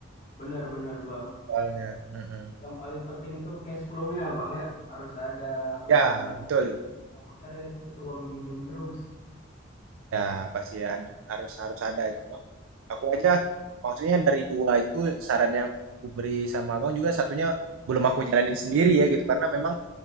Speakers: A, on the left; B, on the right.
A: Bener-bener bang.
B: Soalnya. Mm-mm.
A: Yang paling penting itu cash flow-nya bang ya. Harus ada
B: Ya
A: uang yang
B: betul.
A: kita puterin. Itu uang dingin terus.
B: Ya pasti ada, harus harus ada itu bang. Aku aja maksudnya dari dua itu saran yang aku beri sama abang juga satunya belum aku jalanin sendiri ya gitu karena memang